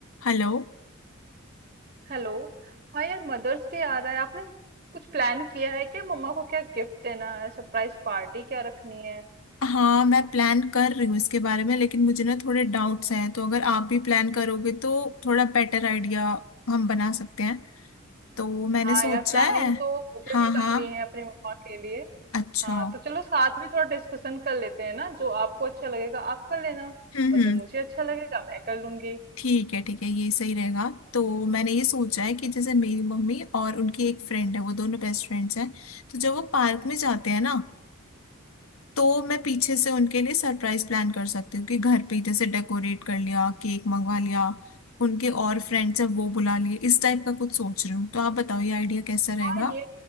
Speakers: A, on the left; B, on the right.
A: Hello
B: Hello हाँ यार Mother's Day आ रहा है आपने कुछ प्लान किया है क्या मम्मा को क्या गिफ्ट देना है सरप्राइज पार्टी क्या रखनी है
A: हाँ मैं plan कर रही हूँ इसके बारे में लेकिन मुझे ना थोड़े डाउट्स हैं तो अगर आप भी प्लान करोगे तो थोड़ा बेटर आइडिया हम बना सकते हैं तो मैंने
B: हाँ
A: सोचा
B: यार प्लानिंग
A: है
B: तो मुझे
A: हाँ
B: भी
A: हाँ
B: करनी है अपनी मम्मा के लिए
A: अच्छा
B: हाँ
A: हम्म
B: तो चलो साथ में थोड़ा डिस्कशन कर लेते हैं ना जो आपको अच्छा लगेगा आप कर लेना
A: हम्म
B: और जो मुझे अच्छा लगेगा मैं कर लूंगी
A: ठीक है ठीक है ये सही रहेगा तो मैंने ये सोचा है कि जैसे मेरी मम्मी और उनकी एक फ्रेंड है वो दोनों बेस्ट फ्रेंड्स हैं तो जब वो पार्क में जाते हैं ना तो मैं पीछे से उनके लिए सरप्राइज प्लान कर सकती हूँ कि घर पे ही जैसे डेकोरेट कर लिया केक मंगवा लिया उनके और फ्रेंड्स है वो बुला लिए इस टाइप का कुछ सोच रही हूँ तो आप बताओ ये आइडिया कैसा रहेगा
B: हाँ ये